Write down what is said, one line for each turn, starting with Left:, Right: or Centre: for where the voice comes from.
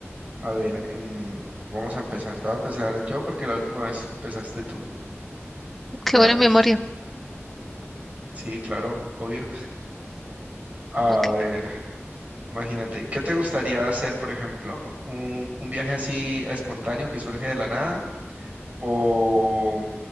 Right: A ver, em, vamos a empezar. Te voy a empezar yo porque la última vez empezaste tú. Veamos.
Centre: Qué buena memoria.
Right: Sí, claro, obvio. A
Centre: Ok.
Right: ver, imagínate, ¿qué te gustaría hacer, por ejemplo? Un, un viaje así espontáneo que surge de la nada o